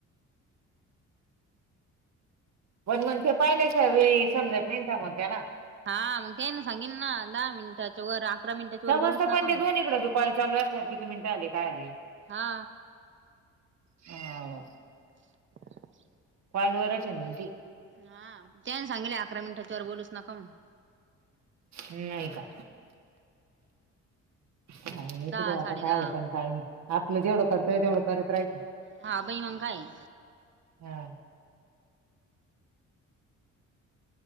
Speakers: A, on the right; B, on the right.
A: पण म्हणसेे पाहिले स समजत नाही स <unintelligible> मोर त्याला
B: हा मग काही ना सांगेल ना दहा मिनटाच्या वर मिनिटाच्या
A: समजत
B: वर बोलूच नका
A: पण, ते
B: म्हणून
A: दोन इकड बी कॉल चालू असल्या किती मिनटं आली काय झालं?
B: हा
A: ह.
B: <inaudible>
A: काँलवरच म ती.
B: हा त्या सांगले अकरा मिनिटातच्यावर बोलूच नका म्हणून.
A: नाही का? का नाही,
B: दहा
A: त ब आता
B: साडे
A: काय
B: दहा
A: होतण काही नाही, आपलं जेवढं कर्तव्य तेवढं करत राहिच.
B: हा बई मंग काय.
A: हा.